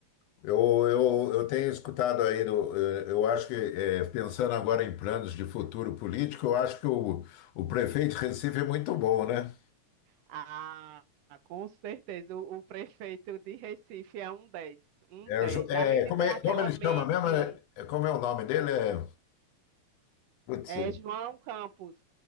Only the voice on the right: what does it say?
Ah, com certeza, o, o prefeito de Recife é um dez um
dez
Além
de
ter
aquela
mente
É
João Campos.